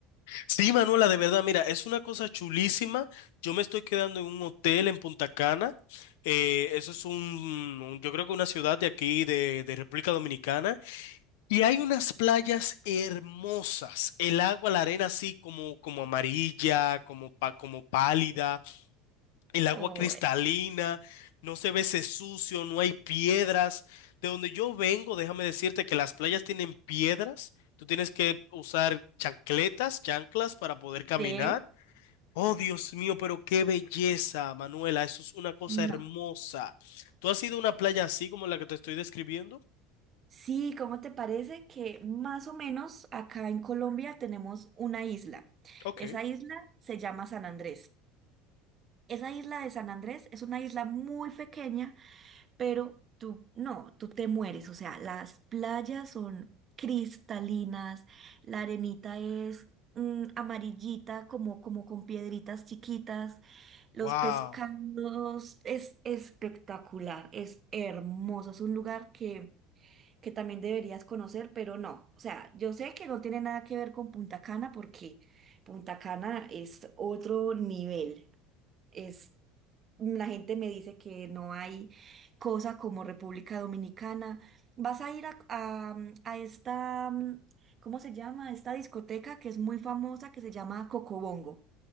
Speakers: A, on the left; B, on the right.
A: Sí, Manuela, de verdad, mira, es una cosa chulísima. Yo me estoy quedando en un hotel en Punta Cana. Eh, eso es un, un- yo creo que una ciudad de aquí, de de República Dominicana. Y hay unas playas hermosas, el agua, la arena así como, como amarilla, como, pa- como pálida, el agua
B: Oh,
A: cristalina, no se ve ese sucio, no hay piedras. De donde yo vengo, déjame decirte que las playas tienen piedras, tú tienes que usar chancletas, chanclas para poder caminar.
B: sí,
A: Oh, Dios mío, pero qué belleza, Manuela, eso es una cosa
B: no.
A: hermosa. ¿Tú has ido a una playa así como la que te estoy describiendo?
B: Sí, ¿cómo te parece que más o menos acá en Colombia tenemos una isla?
A: Ok.
B: Esa isla se llama San Andrés. Esa isla de San Andrés es una isla muy pequeña pero tú, no, tú te mueres, o sea, las playas son cristalinas, la arenita es mm, amarillita, como, como con piedritas chiquitas, los
A: Wow.
B: pescados, es espectacular, es hermoso, es un lugar que, que también deberías conocer, pero no, o sea, yo sé que no tiene nada que ver con Punta Cana porque Punta Cana es otro nivel. Es la gente me dice que no hay cosa como República Dominicana. Vas a ir a, a, mm, a esta, mm, ¿cómo se llama? Esta discoteca que es muy famosa que se llama Cocobongo.